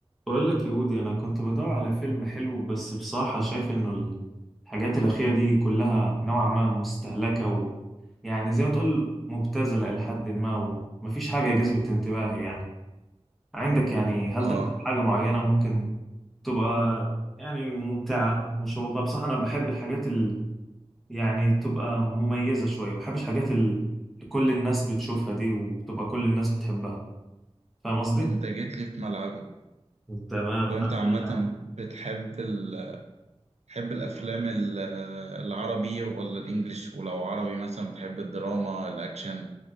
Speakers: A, in the centre; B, on the right (about 85°).
A: بقول لك يا ودي انا كنت بدور على فيلم حلو بس بصراحة شايف انه الحاجات الأخيرة دي كلها نوعا ما مستهلكة ويعني زي ما تقول مبتذلة إلى حد ما ومفيش حاجة جذبت انتباهي يعني عندك يعني هل
B: اه
A: تعمل حاجة معينة ممكن تبقى يعني ممتعة مشوقة بصراحة أنا بحب الحاجات اللي يعني تبقى مميزة شوية ما بحبش الحاجات اللي كل الناس بتشوفها دي وبتبقى كل الناس بتحبها فاهم قصدي؟
B: انت جيت لي في ملعبي
A: تمام الحمد
B: طب انت عامة
A: لله
B: بتحب ال... بتحب الافلام ال- العربي ولا الانجليش ولو عربي مثلا بتحب الدراما الاكشن